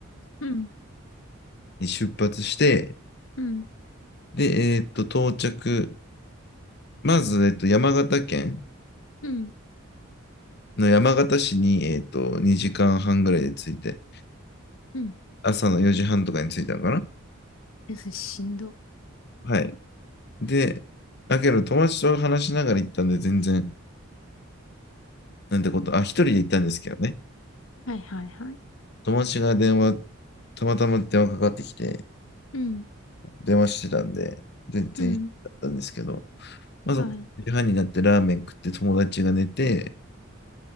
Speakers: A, on the left; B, on the left.
A: うん、
B: に出発して、
A: うん、
B: で、えーっと、到着。まず、えーっと、山形県
A: うん、
B: の山形市に、えーっと、2時間半ぐらいで着いて、
A: うん。
B: 朝の4時半とかに着いたのかな。
A: え、それしんど。
B: はい。で、だけど、友達と話しながら行ったんで、全然、なんてこと、あ、一人で行ったんですけどね。
A: はいはいはい。
B: 友達が電話、たまたま電話かかってきて、
A: うん、
B: 電話してたんで、全然だったんですけど、
A: うん、
B: まず9時半になってラーメン食って友達が寝て、
A: はい。